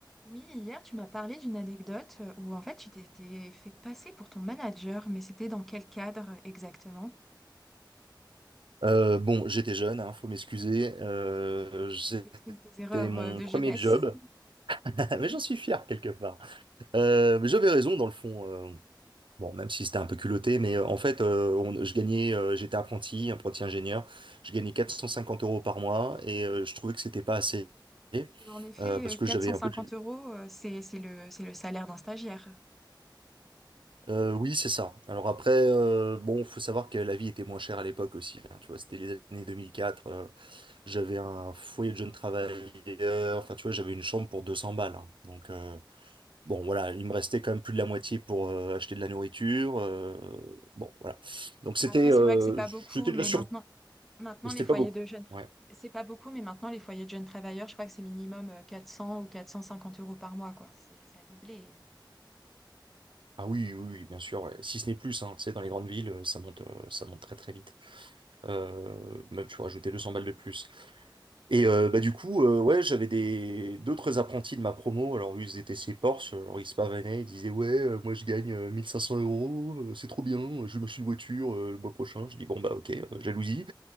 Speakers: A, in the centre; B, on the right.
A: Oui, hier, tu m'as parlé d'une anecdote euh, où en fait tu t'étais fait passer pour ton manager, mais c'était dans quel cadre exactement?
B: Euh, bon, j'étais jeune, hein, faut m'excuser. Euh, c'était
A: J'ai pris tes erreurs
B: mon
A: euh, de
B: premier
A: jeunesse.
B: job,
A: <laughs>
B: <laughs>
A: Oui.
B: mais j'en suis fier quelque part. Euh, mais j'avais raison dans le fond. euh, bon, même si c'était un peu culotté, mais euh, en fait, euh, on- je gagnais, euh, j'étais apprenti, apprenti ingénieur. Je gagnais 450 euros par mois et euh, je trouvais que c'était pas assez
A: En effet,
B: euh, parce
A: euh,
B: que
A: quatre
B: j'avais
A: cent
B: un
A: cinquante
B: peu.
A: euros, euh, c'est, c'est le, c'est le salaire d'un stagiaire.
B: Euh, oui, c'est ça. Alors après, euh, bon, faut savoir que la vie était moins chère à l'époque aussi. hein. tu vois, c'était les années 2004. euh, j'avais un foyer de jeune travailleur. Enfin, tu vois, j'avais une chambre pour 200 balles. hein. Donc, euh, bon, voilà, il me restait quand même plus de la moitié pour euh, acheter de la nourriture. euh, bon, voilà. Donc, c'était
A: Après,
B: euh,
A: c'est vrai que c'est pas beaucoup,
B: c'était de
A: mais
B: la survie,
A: maintenant, maintenant
B: mais c'était
A: les foyers
B: pas beaucoup.
A: de jeunes, tra-
B: Ouais.
A: c'est pas beaucoup, mais maintenant les foyers de jeunes travailleurs, je crois que c'est minimum euh, 400 ou 450 euros par mois, quoi. C'est, ça a doublé.
B: Ah oui, oui, oui, bien sûr. ouais. Si ce n'est plus, hein, tu sais, dans les grandes villes, euh, ça monte, euh, ça monte très, très vite. Euh, même, tu vois, rajouter 200 balles de plus. Et euh, bah du coup, euh, ouais, j'avais des d'autres apprentis de ma promo. Alors eux, ils étaient chez Porsche, alors ils se pavanaient, ils disaient ouais, euh, moi je gagne euh, 1500 euros, euh, c'est trop bien, euh, je vais m'acheter une voiture euh, le mois prochain. Je dis bon bah ok, euh, jalousie.